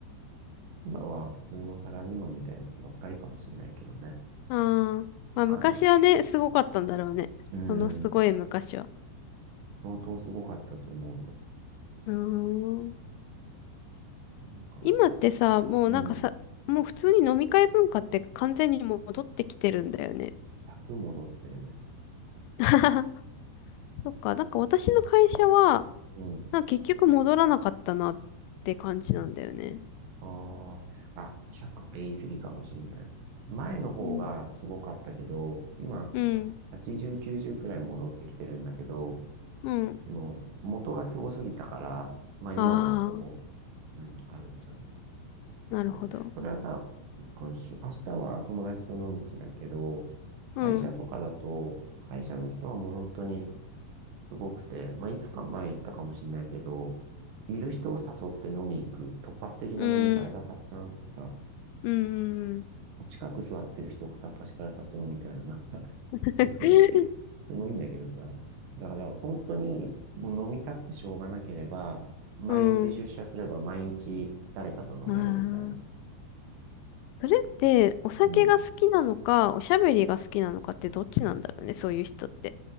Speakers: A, on the right; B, on the left.
A: 今は普通のサラリーマンみたいな人ばっかりかもしれないけどね。
B: ああ、まあ昔はね、
A: わかんない。
B: すごかったんだろうね。
A: うん。
B: そのすごい昔は。
A: 相当すごかったと思うよ。
B: うーん。
A: なんか、
B: 今ってさ、もうなんかさ、
A: うん。
B: もう普通に飲み会文化って完全に戻ってきてるんだよね。
A: 100戻ってるね。
B: <laughs> そっか、なんか私の会社は、
A: うん。
B: なんか結局戻らなかったなって感じなんだよね。
A: ああ、あ、100は言い過ぎかもしれない。前の方がすごかったけど、
B: うん。
A: 今、
B: うん。
A: 80、90くらい戻ってきてるんだけど、
B: うん。
A: その、元がすごすぎたから、まあ今もほぼ、
B: あ
A: うん、あるっちゃある。
B: あ、なるほど。
A: でそそれはさ、今週、明日は友達と飲む日だけど、
B: うん。
A: 会社とかだと、会社の人はもう本当にすごくて、まあいつか前言ったかもしれないけど、いる人を誘って飲み行く突発的な飲み会がたくさんあってさ、
B: うん。うん。
A: 近く座ってる人を片っ端から誘うみたいな、なんか
B: <laughs>
A: すごいね、すごいんだけどさ。だから本当にもう飲みたくてしょうがなければ、毎日出社すれば毎日誰かと飲めるみたいな。
B: うん。<laughs> ああ。それってお酒が好きなのか、
A: うん
B: おしゃべりが好きなのかってどっちなんだろうね、そういう人って。